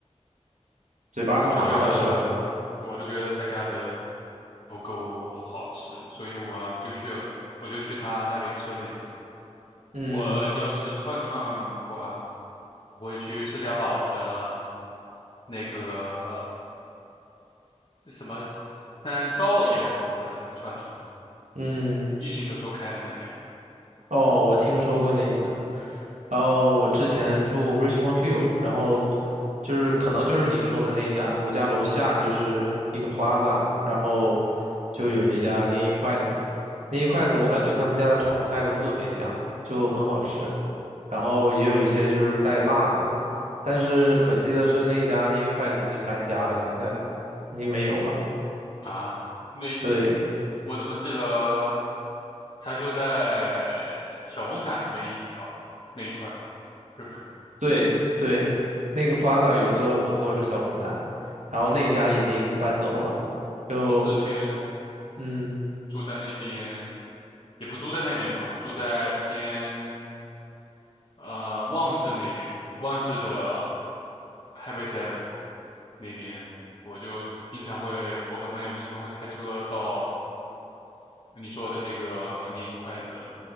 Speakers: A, on the right; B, on the left.
A: 嘴巴都麻了，
B: 我都觉得，
A: 吃完。
B: 我都觉得他家的不够好吃，所以我就去了，我就去他那里吃了一次。
A: 嗯
B: 我要吃串串的话，我会去释家堡的那个什么三少爷还是什么的那个串串，
A: 嗯。
B: 疫情的时候开的那家
A: 哦，我听说过那一家。然后我之前住 Richmond Hill，然后就是可能就是你说的那一家，我家楼下就是一个 Plaza，然后就有一家拈一筷子，拈一筷子我感觉他们家的炒菜都特别香，就很好吃，然后也有一些就是带辣的，但是可惜的是那一家拈一筷子已经搬家了，现在已经没有了，
B: 啊。那
A: 对，
B: 我怎么记得？它就在小龙坎那一条那一块儿，是不是？
A: 对对，那个 Plaza 有个火锅是小龙坎，然后那家已经搬走了。
B: 嗯，
A: 就
B: 我之前
A: 嗯
B: 住在那边，也不住在那边吧，我住在偏呃旺市那一边，旺市的 h i g h y Seven 那边，我就经常会，我跟朋友经常会开车到你说的这个年一筷子